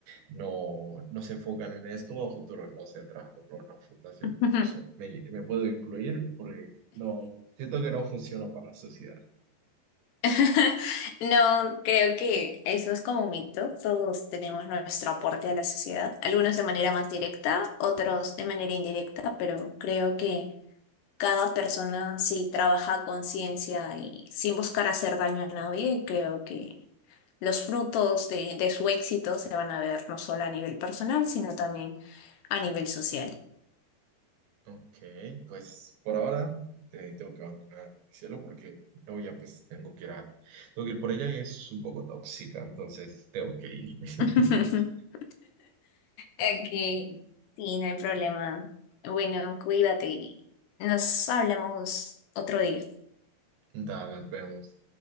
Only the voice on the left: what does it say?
<laughs>
<laughs> No, creo que eso es como un mito. Todos tenemos nuestro aporte a la sociedad, algunos de manera más directa, otros de manera indirecta, pero creo que cada persona si trabaja a conciencia y sin buscar hacer daño a nadie, creo que los frutos de, de su éxito se van a ver no solo a nivel personal, sino también a nivel social.
<laughs> Aquí, sí, no hay problema. Bueno, cuídate y nos hablamos otro día.